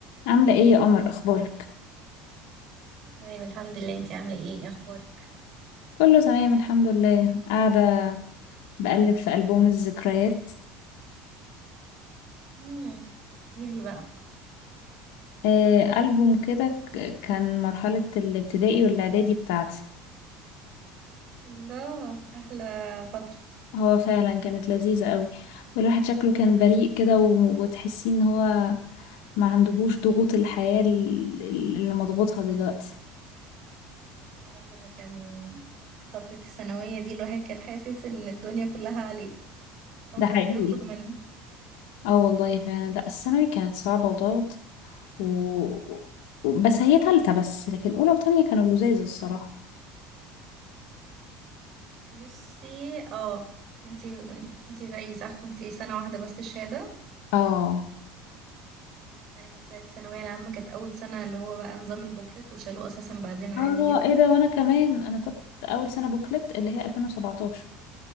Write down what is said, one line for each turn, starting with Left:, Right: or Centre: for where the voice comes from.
Left: عاملة ايه يا قمر اخبارك؟
Right: تمام الحمد لله انتي عاملة ايه ايه اخبارك
Left: كله تمام الحمد لله قاعدة بقلب في ألبوم الذكريات
Right: امم قولي بقى
Left: آه ألبوم كده ك- كان مرحلة الابتدائي والإعدادي بتاعتي
Right: الله احلى فترة
Left: هو فعلا كانت لذيذة قوي والواحد شكله كان بريء كده و- وتحسي ان هو ما عندهوش ضغوط الحياة ال- ال- اللي مضغوطها دلوقتي
Right: رغم ان كان فترة الثانوية دي الواحد كان حاسس ان الدنيا كلها عليه فترة
Left: ده حقيقي
Right: مش هيخرج منها
Left: اه والله فعلا لا الثانوي كانت صعبة وضغط و... و- بس هي تالتة بس لكن أولى وتانية كانوا لذاذ الصراحة
Right: بصي اه انتي انتي زيي صح كنتي سنة واحدة بس الشهادة
Left: اه
Right: انا كانت سنة الثانوية العامة كانت اول سنة اللي هو بقى نظام البوكلت وشالوه اساسا بعدين عادي
Left: اه
Right: جدا
Left: ايه ده وانا كمان انا كنت اول سنه بوكلت اللي هي 2017